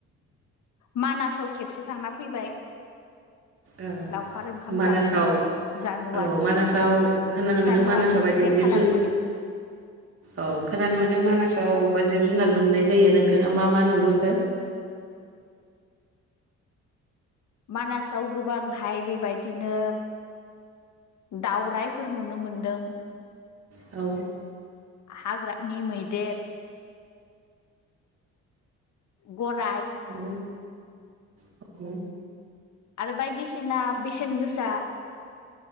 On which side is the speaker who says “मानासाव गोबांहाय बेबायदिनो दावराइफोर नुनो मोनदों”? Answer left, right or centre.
Left